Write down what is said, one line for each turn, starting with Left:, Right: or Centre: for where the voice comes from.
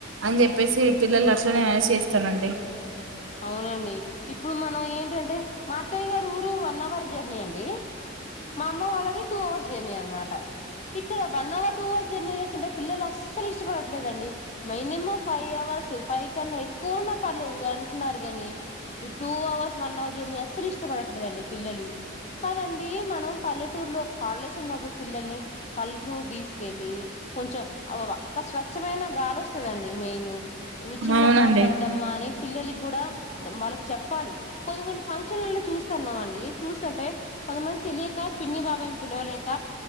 Right: అని చెప్పేసి పిల్లలు అట్లనే చేస్తనండి.
Left: అవునండి ఇప్పుడు మనం ఏంటంటే మా అత్తయ్య గారి ఊరు వన్ అవర్ జర్నీ అండి. మా అమ్మ వాళ్ళది టూ అవర్స్ జర్నీ అనమాట ఇక్కడ వన్ అవర్ టూ అ జర్నీ చేస్తుంటే పిల్లలు అస్సలు ఇష్టపడట్లేదండి. మినిమం ఫైవ్ అవర్స్ ఫైవ్ కన్నా ఎక్కువున్న పర్లేదు గాని కున్నారు గానీ ఈ two hours, one hour journey, అస్సలు ఇష్టపడట్లేదండి పిల్లలు. కాదండి మనం పల్లెటూరులో హాలిడేస్ ఉన్నప్పు పిల్లల్ని పలుటూరు తీసుకెళ్ళి కొంచెం ఆ స్వచ్చమైన గాలి వస్తదండి. మెయిన్ చిన్నమ్మ,
Right: అవునండి
Left: పెద్దమ్మ అని పిల్లలి కి కూడా వాళ్ళకి చెప్పాలి. కొన్ని కొన్ని ఫంక్షన్లలో చూస్తన్నాం అండి చూస్తుంటే, కొంతమంది తెలియక పిన్ని, బాబాయని పిలవలేక